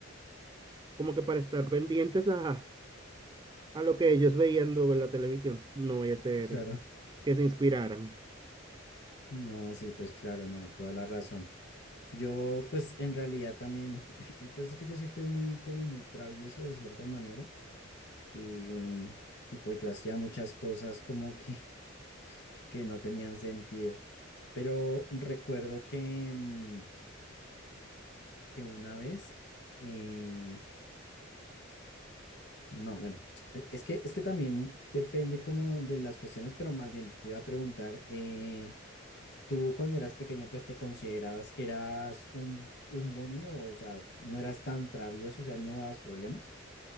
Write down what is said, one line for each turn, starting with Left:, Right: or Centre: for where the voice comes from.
Right: como que para estar pendientes a, a lo que ellos veían luego en la televisión. No voy a ser
Left: Claro.
Right: que se inspiraran.
Left: No, sí, pues claro, no, toda la razón. Yo, pues en realidad también, <laughs> pues es que yo sí fui muy, como muy travieso de cierta manera y, y pues yo hacía muchas cosas como que... que no tenían sentido. Pero recuerdo que, mm, que una vez, eh, no, bueno, e- es que, es que también depende como de las cuestiones, pero más bien te iba a preguntar, eh, tú cuando eras pequeño, pues te considerabas que eras un, un buen niño, o sea, no eras tan travieso, o sea, no dabas problemas.